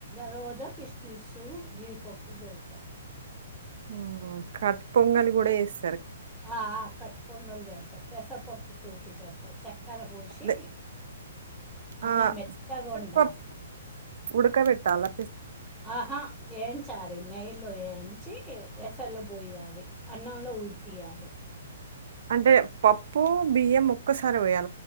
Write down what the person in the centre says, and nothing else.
రోజు ఇగ కిస్మిసు జీడిపప్పు పెడతా
ఆ కట్టి పొంగలి చేస్తా పెసరపప్పు తోటి చేస్తాం చక్కెర పోసి.
అన్నం
మెత్తగుండాలి.
ఆహా యేన్ చాలి నెయ్యిలో యేంచి ఎసలు పోయాలి అన్నంలో ఉడికియాలి.